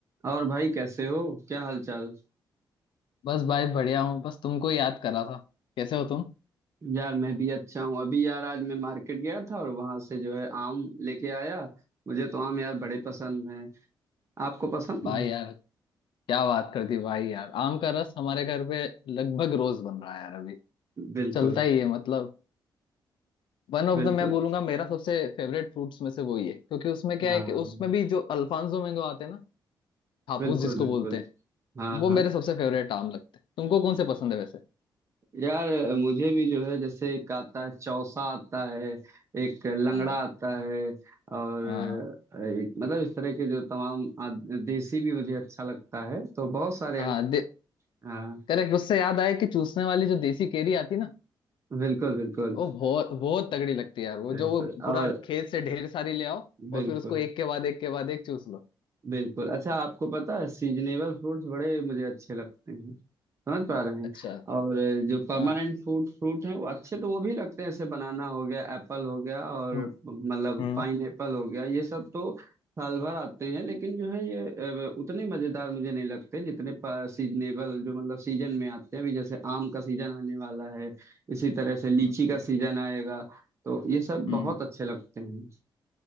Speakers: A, on the right; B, on the left.
A: और भाई कैसे हो क्या हालचाल
B: बस भाई बढ़िया हूँ बस तुमको याद करा था कैसे हो तुम
A: यार मैं भी अच्छा हूँ अभी यार आज मैं मार्केट गया था और वहां से जो है आम लेके आया मुझे तो आम यार बड़े पसंद हैं आपको पसंद
B: भाई
A: हैं?
B: यार क्या बात कर दी भाई यार आम का रस हमारे घर पे लगभग रोज बन रहा है यार अभी
A: बिल्कुल
B: चलता ही है मतलब वन ऑफ
A: बिल्कुल
B: द मैं बोलूंगा मेरा सबसे फेवरेट फ्रूट्स में से वही है क्योंकि उसमें क्या
A: हाँ
B: है कि उसमें भी जो अल्फांसो मैंगो आते हैं ना हापुस
A: बिल्कुल
B: जिसको
A: बिल्कुल
B: बोलते हैं
A: हाँ
B: वो
A: हाँ
B: मेरे सबसे फेवरेट आम लगते हैं तुमको कौन से पसंद है वैसे
A: यार मुझे भी जो है जैसे एक आता है चौसा आता है एक लंगड़ा
B: हाँ
A: आता है और
B: हाँ
A: एक मतलब इस तरह के जो तमाम आ, देसी भी मुझे अच्छा लगता है तो बहुत सारे
B: हाँ
A: आम- हाँ
B: करेक्ट उससे याद आया कि चूसने वाली जो देसी केरी आती ना
A: बिल्कुल बिल्कुल
B: वो बहुत बहुत तगड़ी लगती है यार वो
A: बिल्कुल
B: जो वो पूरा
A: और
B: खेत से ढेर सारी ले आओ और
A: बिल्कुल
B: फिर उसको एक के बाद एक के बाद एक चूस लो
A: बिल्कुल अच्छा आपको पता है सीजनेबल फ्रूट्स बड़े मुझे अच्छे लगते हैं समझ पा रहे हैं
B: अच्छा
A: और जो परमानेंट
B: हाँ
A: फ्रूट फ्रूट हैं वो अच्छे तो वो भी लगते हैं जैसे बनाना हो गया एप्पल हो गया और
B: हम्म
A: मतलब
B: हम्म
A: पाइन एप्पल हो गया ये सब तो साल भर आते हैं लेकिन जो है ये अ, उतने मजेदार मुझे नहीं लगते जितने सीजनेबल जो मतलब सीजन में आते हैं अभी जैसे आम का सीजन आने वाला है इसी तरह से लीची
B: हम्म
A: का सीजन आएगा तो ये सब
B: हम्म।
A: बहुत अच्छे लगते हैं